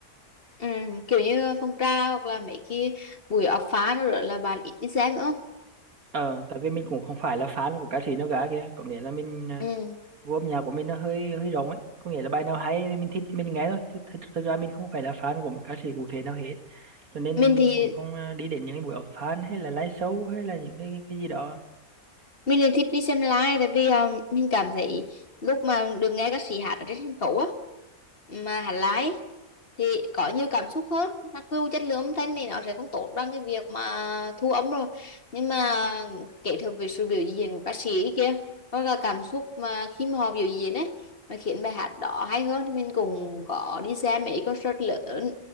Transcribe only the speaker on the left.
Ừ, kiểu như Phong Tra hoặc là mấy cái buổi ập phá nữa là bạn ít đi xem nữa.
Ừ.
Mình thì
mình thì thích đi xem live tại vì um, mình cảm thấy lúc mà được nghe các sĩ hát ở trên sân khấu á mà hát live thì có nhiều cảm xúc hơn mặc dù chất lượng âm thanh thì nó sẽ không tốt bằng cái việc mà thu âm rồi nhưng mà kết hợp với sự biểu diễn của ca sĩ kia hoặc là cảm xúc mà khi mà họ biểu diễn ấy mà khiến bài hát đó hay hơn mình cũng có đi xem mấy concert lớn